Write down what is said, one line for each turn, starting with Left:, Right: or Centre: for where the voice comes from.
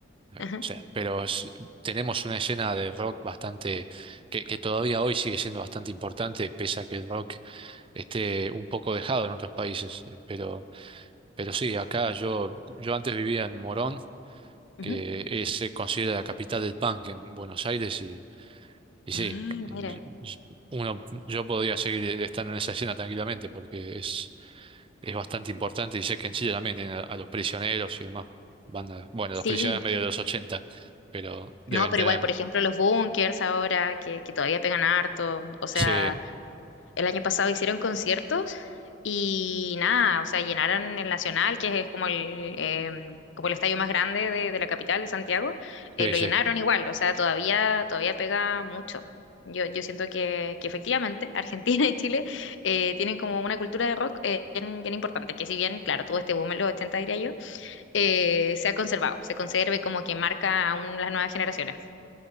Right: eh,
Left: ajá,
Right: o sea, pero s- tenemos una escena de rock bastante, que, que todavía hoy sigue siendo bastante importante, pese a que el rock esté un poco dejado en otros países. Eh, Pero, pero sí, acá yo, yo antes vivía en Morón,
Left: ujú.
Right: que es, se considera la capital del punk en Buenos Aires, y, y sí,
Left: Mm,
Right: eh,
Left: mira,
Right: y- y uno, yo podría seguir estando en esa escena tranquilamente, porque es es bastante importante y sé que en Chile también tienen a, a los prisioneros y demás bandas. Bueno,
Left: sí,
Right: los prisioneros medio de los 80 pero deben
Left: no, pero
Right: tener.
Left: igual, por ejemplo, los bunkers ahora que, que todavía pegan harto, o sea,
Right: Sí,
Left: el año pasado hicieron conciertos y nada, o sea, llenaron el Nacional, que es como el, em, como el estadio más grande de, de la capital de Santiago, eh,
Right: sí,
Left: lo
Right: sí.
Left: llenaron igual, o sea, todavía, todavía pega mucho. Yo, yo siento que, que efectivamente <laughs> Argentina y Chile eh, tienen como una cultura de rock eh, bien, bien importante, que si bien, claro, tuvo este boom en los 80, diría yo, eh, se ha conservado, se conserva como que marca aún las nuevas generaciones.